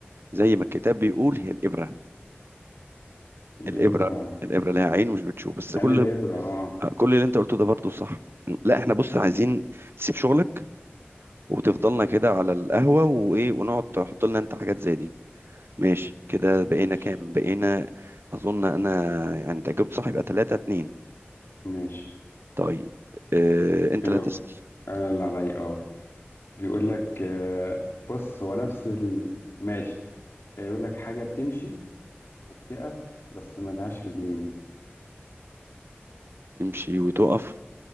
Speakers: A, on the right (about 65°); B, on the left (about 70°).
A: زي ما الكتاب بيقول هي الابره
B: الإبرة
A: الابره الابره لها عين ومش بتشوف بس
B: عين
A: كل
B: الإبرة اه
A: كل اللي انت قلته ده برضو صح لا احنا بص عايزين تسيب شغلك وتفضلنا كده على القهوه وايه ونقعد تحط لنا انت حاجات زي دي ماشي كده بقينا
B: ماشي
A: كام بقينا اظن انا يعني انت جبت صح يبقى 3 2
B: ماشي
A: طيب آه، انت
B: أيوه،
A: لا تسأل
B: أنا اللي عليا اه بيقول لك آه، بص هو نفس ال... ماشي آه، يقول لك حاجة بتمشي وبتقف بس ملهاش رجلين
A: تمشي وتقف